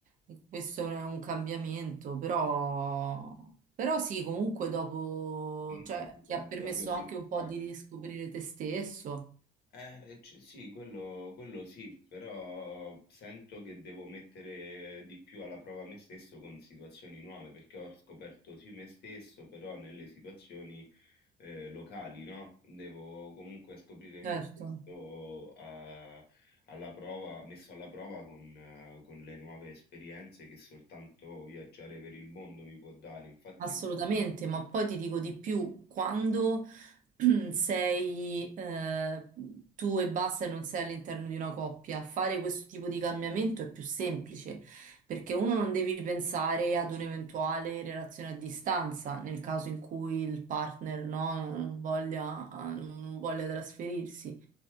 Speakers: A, on the right; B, on the left.
A: eh, questo è un cambiamento, però, però sì, comunque dopo,
B: comunque
A: cioè,
B: ho bisogno
A: ti ha permesso
B: proprio di
A: anche un po'
B: lontano.
A: di riscoprire te stesso.
B: Eh, c sì, quello quello sì, però sento che devo mettere di più alla prova me stesso con situazioni nuove, perché ho scoperto sì me stesso, però nelle situazioni eh, locali, no? Devo comunque scoprire me
A: Certo.
B: stesso a- alla prova, messo alla prova con, eh, con le nuove esperienze che soltanto viaggiare per il mondo mi può dare. Infatti,
A: Assolutamente, ma poi ti dico di più, quando <clears throat> sei eh, tu e basta e non sei all'interno di una coppia, fare questo tipo di cambiamento è più semplice, perché uno non devi pensare ad un'eventuale relazione a distanza, nel caso in cui il partner no, non voglia, ah, non voglia trasferirsi.